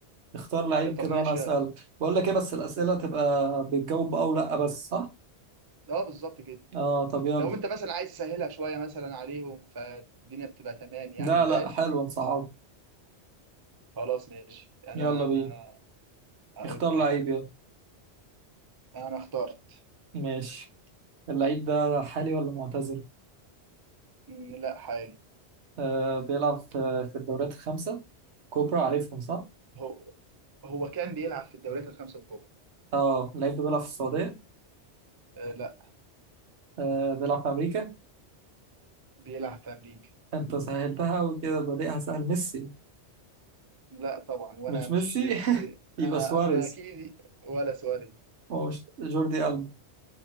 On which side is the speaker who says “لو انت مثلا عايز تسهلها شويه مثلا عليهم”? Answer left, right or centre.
Right